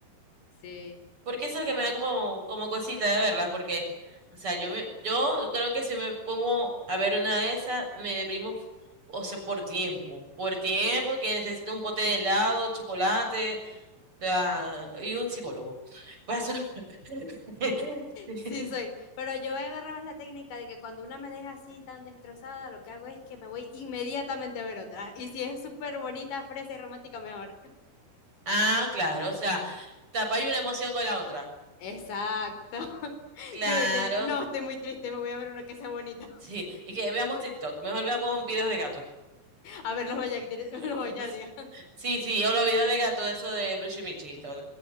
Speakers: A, on the left (about 80°); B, on the right (about 30°).
A: Sí.
B: Porque eso es lo que me da como, como cosita de verlas, porque, o sea, yo me, yo creo que si me pongo a ver una de esas, me deprimo, o sea, por tiempo, por tiempo que necesito un pote de helado, chocolate, o sea, y un psicólogo. Paso- <laughs>
A: Sí, soy. Pero yo he agarrado la técnica de que cuando una me deja así tan destrozada, lo que hago es que me voy inmediatamente a ver otra. Y si es súper bonita, fresa y romántica, mejor.
B: Ah, claro, o sea, tapar una emoción con la otra.
A: Exacto. <laughs>
B: Claro,
A: Yo de que no, estoy muy triste, me voy a ver una que sea bonita.
B: sí. Y que veamos TikTok, mejor veamos videos de gato.
A: A ver, los Bayard-
B: <laughs>
A: <laughs> los Bayardia.
B: Sí, sí, yo los videos de gato, eso de Bruce y Michi y todo